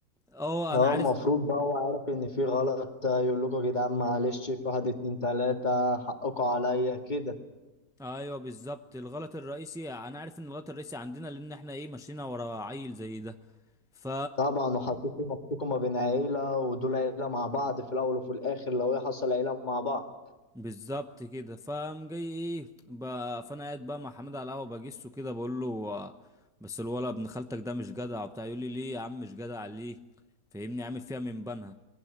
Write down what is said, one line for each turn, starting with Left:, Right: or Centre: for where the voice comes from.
Centre: اه
Left: اه
Centre: انا عارف
Left: المفروض بقى هو عارف ان في غلط يقول لكم يا جدعان معلش في واحد اتنين تلاتة حقكم عليا كده
Centre: ايوه بالظبط الغلط الرئيسي انا عارف ان الغلط الرئيسي عندنا لان احنا ايه مشينا ورا عيل زي ده ف
Left: طبعا وحسيتوا نفسكم ما بين عيلة ودول عيلة مع بعض في الأول وفي الآخر لو ايه حصل عيلة مع بعض
Centre: بالظبط كده فقام جاي ايه بقى فانا قاعد بقى مع حماد على القهوه بجسه كده بقول له آه، بس الولد ابن خالتك ده مش جدع وبتاع يقول لي ليه يا عم مش جدع ليه فاهمني عامل فيها من بنها